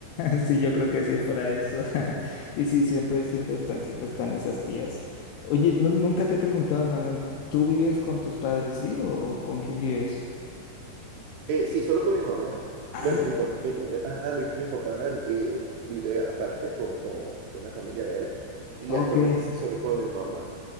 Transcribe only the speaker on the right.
Eh, sí, solo con mi mamá.
Bueno, mi papá, ajá, mi, mi papá eh, vive aparte con, con, con la familia de él y
actualmente sí, solo con mi mamá.